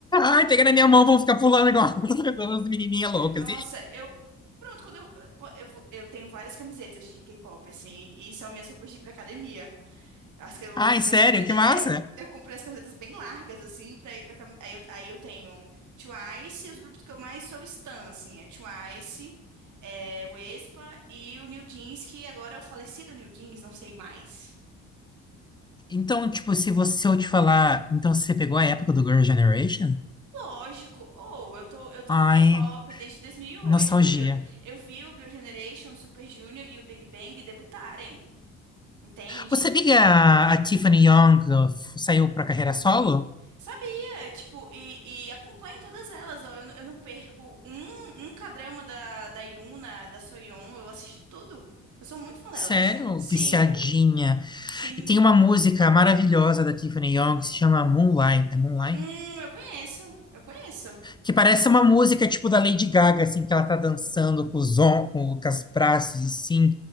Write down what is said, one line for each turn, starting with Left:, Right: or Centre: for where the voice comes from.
Left: Ai, pega na minha mão, vou ficar pulando igual <laughs> as menininhas loucas.
Right: Nossa, eu. Pronto, quando eu, eu, vou- eu tenho várias camisetas de K-pop, assim, e são minhas roupas de ir pra academia. Acho que eu
Left: Ai,
Right: comprei
Left: sério,
Right: as camisetas.
Left: que massa.
Right: É, eu, eu comprei as camisetas bem largas, assim, pra ir pra. cam- Aí eu, aí eu tenho Twice, os grupos que eu mais sou stan, assim, é Twice, é, o Aespa e o New Jeans, que agora é o falecido New Jeans, não sei mais.
Left: Então, tipo, se você se eu te falar, então você pegou a época do Girl Generation?
Right: Lógico, ou eu tô, eu tô
Left: Ai,
Right: no K-pop desde 2008.
Left: nostalgia.
Right: Eu, eu vi o Girl Generation, o Super Junior e o Big Bang debutarem, entende?
Left: Você sabia que a, a Tiffany Young uh, f- saiu pra carreira solo?
Right: Sabia, tipo, e, e acompanho todas elas, ó, eu, não- eu não perco um, um K-drama da, da Yuna, da Soyeon, eu assisto tudo. Eu sou muito fã
Left: Sério,
Right: delas. Sim,
Left: viciadinha.
Right: sim.
Left: E tem uma música maravilhosa da Tiffany Young que se chama Moonlight. É Moonlight?
Right: Hum, eu conheço, eu conheço.
Left: Que parece uma música tipo da Lady Gaga, assim, que ela tá dançando com os, on- com, com os braços, assim.